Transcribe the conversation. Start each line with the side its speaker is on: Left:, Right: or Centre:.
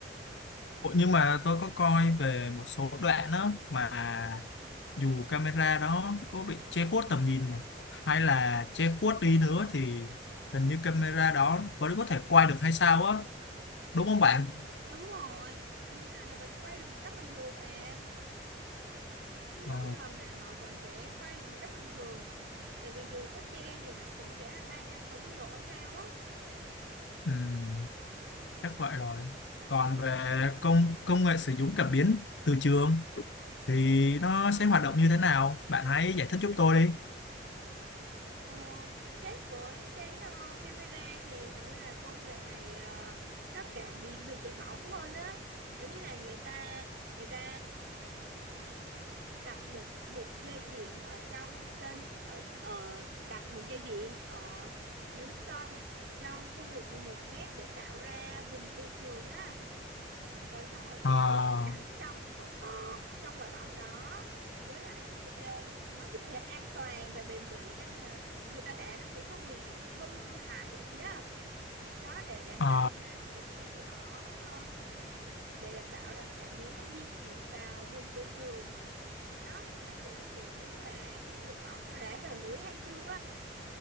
Left: Ủa, nhưng mà tôi có coi về một số đoạn đó mà dù camera đó có bị che khuất tầm nhìn mà, hay là che khuất đi nữa thì hình như camera đó vẫn có thể quay được hay sao á đúng không bạn?
Right: đúng rồi tôi nhớ là nó vẫn quay được một cách bình thường mà tôi nhớ
Left: Ờ,
Right: không lầm là nó vẫn sẽ quay được một cách bình thường tại vì dù có che thì nó cũng sẽ là 360 độ hay sao á
Left: ừm, chắc vậy rồi. Còn về công công nghệ sử dụng cảm biến từ trường thì nó sẽ hoạt động như thế nào? Bạn hãy giải thích giúp tôi đi.
Right: Ờ, khác với cái ờ, camera thì hình như là công nghệ này ờ, nó cảm biến về chạy bóng hơn á giống như là người ta người ta đặt một một dây điện ở trong sân ở ở đặt một dây điện ở dưới sân trong khu vực 11 mét để tạo ra vùng từ trường á rồi xong rồi cảm
Left: Ờ,
Right: biến thực cảnh trong có, có trong quả bóng đó với lại thiết kế, ờ, nó thiết kế an toàn và bền bỉ cho nên là người ta đá nó sẽ không bị hư hại gì á đó để đảm
Left: ờ.
Right: bảo là vị trí của nó ờ, để đảm bảo rằng cảm biến nó di chuyển vào vùng từ trường đó nó sẽ kiểu như là biết được bóng nó đá vào lưới hay chưa